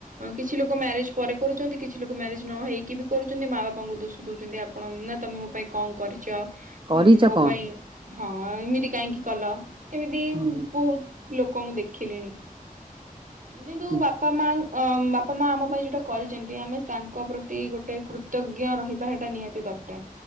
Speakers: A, on the right; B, on the right.
A: କିଛି ଲୋକ ମ୍ୟାରେଜ ପରେ କରୁଚନ୍ତି କିଛି ଲୋକ ମ୍ୟାରେଜ ନ ହେଇକି ବି କରୁଚନ୍ତି ମା ବାପାଙ୍କୁ ଦୋଷ ଦଉଚନ୍ତି। ଆ ଆପଣ ନା ତମେ ମୋ ପାଇଁ କଣ କରିଚ ଉ
B: କରିଛ
A: ମୋ
B: କଣ?
A: ପାଇଁ ହଁ ଏମିତି କାହିଁକି କଲ ଏମିତି
B: ହୁଁ
A: ବୋହୁତ ଲୋକ ମୁଁ ଦେଖିଲିଣି। କିନ୍ତୁ
B: ହୁଁ
A: ବାପା ମା ବାପା ମା ଆମ ପାଇଁ ଯେଉଁଟା କରିଛନ୍ତି ଆମେ ତାଙ୍କ ପ୍ରତି ଗୋଟେ କୃତଜ୍ଞ ରହିବା ଏଟା ନିହାତି ଦରକାର।